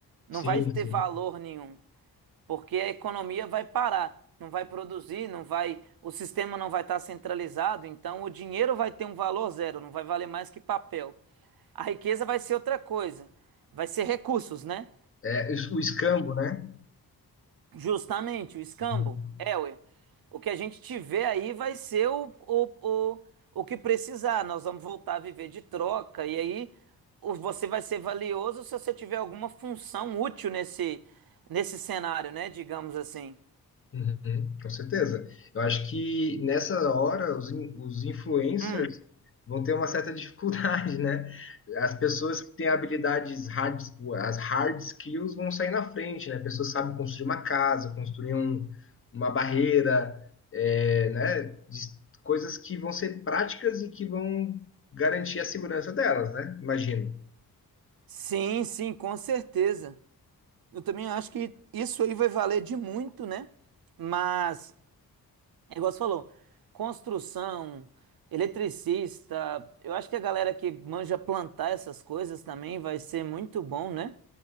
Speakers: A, on the right; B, on the left.
A: Não
B: Sim,
A: vai ter
B: sim.
A: valor nenhum, porque a economia vai parar, não vai produzir, não vai, o sistema não vai estar centralizado, então o dinheiro vai ter um valor zero, não vai valer mais que papel. A riqueza vai ser outra coisa, vai ser recursos, né?
B: É, o o escambo, né?
A: Justamente, o escambo.
B: Uhum.
A: É, ué. O que a gente tiver aí vai ser o, o, o, o que precisar. Nós vamos voltar a viver de troca. E aí o- você vai ser valioso se você tiver alguma função útil nesse, nesse cenário, né? Digamos assim.
B: Uhum. Com certeza. Eu acho que nessa hora os, in- os influencers
A: Hum.
B: vão ter uma certa <laughs> dificuldade, né? As pessoas que têm habilidades hard, as hard skills vão sair na frente, né? Pessoas que sabem construir uma casa, construir um- uma barreira, é, né? De- coisas que vão ser práticas e que vão garantir a segurança delas, né? Imagino.
A: Sim, sim, com certeza. Eu também acho que isso aí vai valer de muito, né? Mas. É igual você falou, construção, eletricista, eu acho que a galera que manja plantar essas coisas também vai ser muito bom, né?